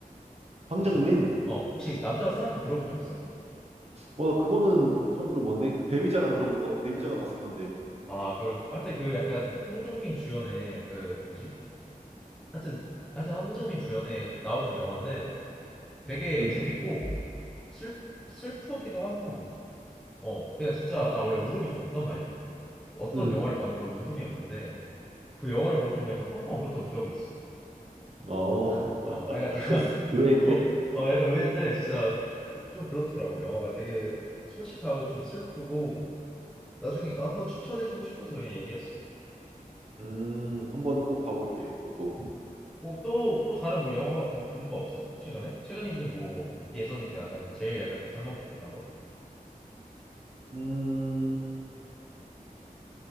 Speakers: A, on the right; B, in the centre.
A: 황정민?
B: 혹시 그- 어 혹시 남자가 사랑할 때 들어본 적 있어?
A: 어, 그거는 처음 들어보는데 그 데뷔작은 들어본 거, 데뷔작은 봤었는데,
B: 아 그 하여튼 그 약간 황정민 주연의 그 누구지? 하여튼 하여튼 황정민 주연에 나오는 영화인데 되게
A: 응
B: 재밌고 슬 슬프기도 하고 어 그냥 진짜 나 원래 울음이 좀 없단 말이야. 어떤
A: 응
B: 영화를 봐도 바로 울음이 없는데 그 영화를 보고 좀 약간 펑펑 울었던 기억이 있어.
A: 어, <laughs>
B: 어, 아, 그러니까 <laughs>
A: 의외인데,
B: 좀, 어, 약간 의외인데 진짜 그, 좀 그렇더라고. 영화가 되게 솔직하고 좀 슬프고 나중에 한번 추천해주고 싶어서 그냥 얘기했어.
A: 음, 한번 꼭 봐볼게. 그것도,
B: 뭐 또, 또 다른 뭐 영화 뭐 본 거 없어? 최근에? 최근이든 뭐 예전이든 약간 제일 약간 감명 깊었던 거?
A: 음,